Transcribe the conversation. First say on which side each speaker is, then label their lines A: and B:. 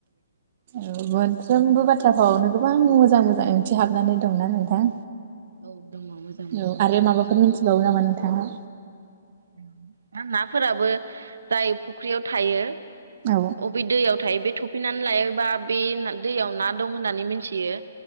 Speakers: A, on the right; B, on the right.
A: औ मोनफ्रोमबो बाथ्रा फावावनो गोबां मोजां मोजां ओंथि हाबनानै दंना नोंथां
B: औ दङ मोजाङैनो
A: औ
B: मिथिना
A: आरो माबाफोर मिथिबावो नामा नोंथाङा?
B: आरो नाफोराबो जाय फुख्रियाव थायो
A: औ
B: अबे दैयाव थायो बे थ थफैनानै लायोबा बे दैयाव ना दं होननानै मिनथियो